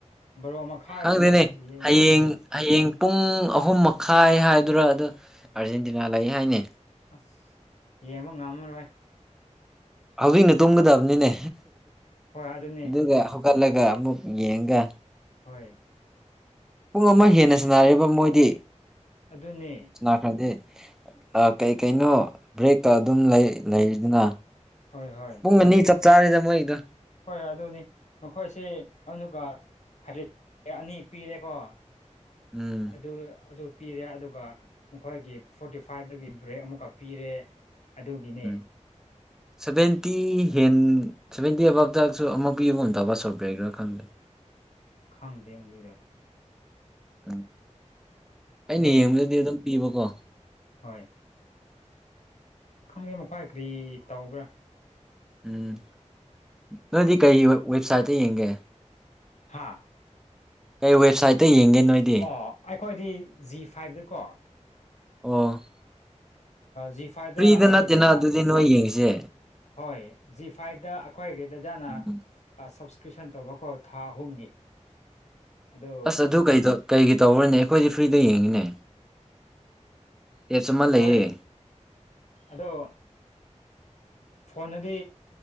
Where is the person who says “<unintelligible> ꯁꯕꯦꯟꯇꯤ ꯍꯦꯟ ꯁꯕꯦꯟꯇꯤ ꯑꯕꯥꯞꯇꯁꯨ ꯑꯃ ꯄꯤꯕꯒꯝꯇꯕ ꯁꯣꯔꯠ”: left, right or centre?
Centre